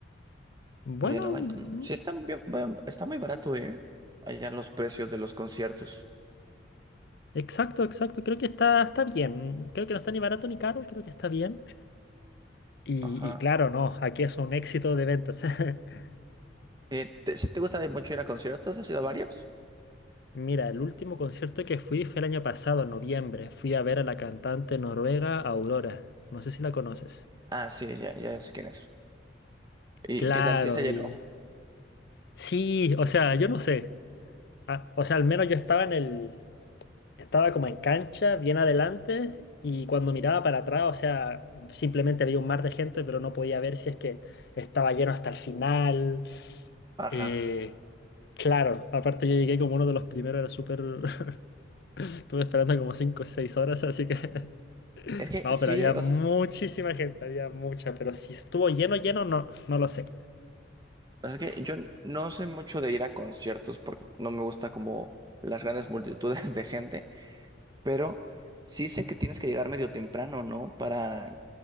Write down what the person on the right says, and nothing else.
Oye, no manches,
sí están bien, ba- está muy barato, ¿eh? Allá los precios de los conciertos.
Ajá.
Eh, te- ¿sí te gusta mucho ir a conciertos? ¿Has ido a varios?
Ah, sí, ya, ya sé quién es. ¿Y
qué tal? ¿Sí se llenó?
Ajá.
Es que
sí,
o sea,
es que yo no soy mucho de ir a conciertos porque no me gusta como las grandes multitudes de gente, pero sí sé que tienes que llegar medio temprano, ¿no? Para